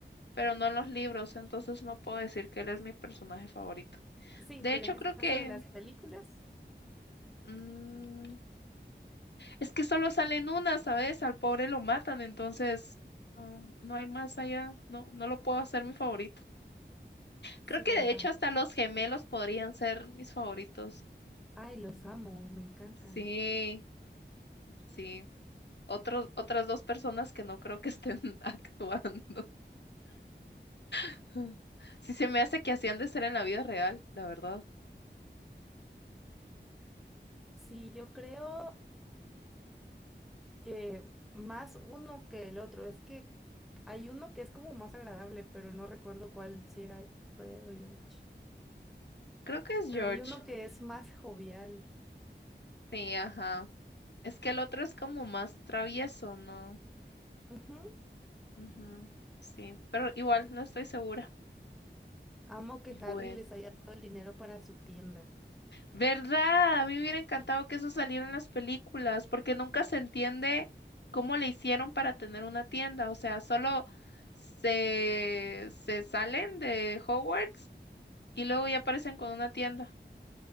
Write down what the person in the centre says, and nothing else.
Sí,
pero
en este
caso
de las películas,
sí,
¿verdad?
Ay, los amo, me encantan.
Sí, yo creo que más uno que el otro. Es que hay uno que es como más agradable, pero no recuerdo cuál, si era Fred o George.
Pero
hay uno que es más jovial.
Ujú.
Amo que
Harry les haya dado el dinero para su tienda.